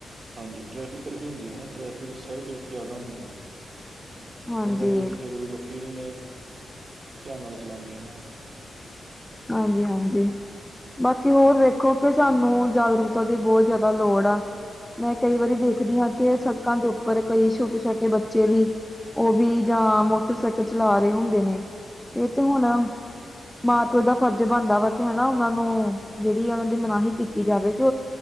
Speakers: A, on the right (about 35°); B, in the centre.
A: ਹਾਂ ਜੀ ਟਰੈਫਿਕ ਕਰਕੇ ਹੁੰਦੀ ਹੈ ਨਾ ਟਰੈਫਿਕ ਸ਼ਹਿਰ ਦੇ ਵਿੱਚ ਜ਼ਿਆਦਾ ਹੁੰਦਾ ਹੈ।
B: ਹਾਂਜੀ
A: ਪਿੰਡਾਂ ਦੇ ਵਿੱਚ ਫੇਰ ਵੀ ਲੋਕੀ ਇੰਨੇ ਧਿਆਨ ਨਾਲ ਚਲਾਉਂਦੇ ਆ ਨਾ।
B: ਹਾਂਜੀ ਹਾਂਜੀ। ਬਾਕੀ ਹੋਰ ਵੇਖੋ ਕਿ ਸਾਨੂੰ ਜਾਗਰੂਕਤਾ ਦੀ ਬਹੁਤ ਜ਼ਿਆਦਾ ਲੋੜ ਆ। ਮੈਂ ਕਈ ਵਾਰੀ ਦੇਖਦੀ ਹਾਂ ਕਿ ਸੜਕਾਂ ਦੇ ਉੱਪਰ ਕਈ ਛੋਟੇ- ਛੋਟੇ ਬੱਚੇ ਵੀ। ਉਹ ਵੀ ਜਾਂ ਮੋਟਰਸਾਈਕਲ ਚਲਾ ਰਹੇ ਹੁੰਦੇ ਨੇ ਇਹ ਤੇ ਹੁਣ ਮਾਂ। ਉਹਦਾ ਫਰਜ਼ ਬਣਦਾ ਵਾ ਕਿ ਹੈਨਾ ਉਹਨਾਂ ਨੂੰ ਜਿਹੜੀ ਆ ਉਹਨਾਂ ਦੀ ਮਨਾਹੀ ਕੀਤੀ ਜਾਵੇ ਕਿ।